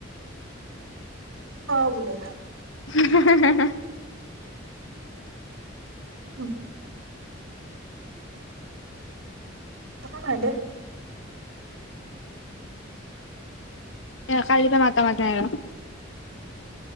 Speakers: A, on the right (about 85°); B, on the left (about 70°).
A: আহ বোলে
B: হোমহ হোম হোম
A: উম একো নাই দে
B: এ কালি পা মাতা মাতা আৰু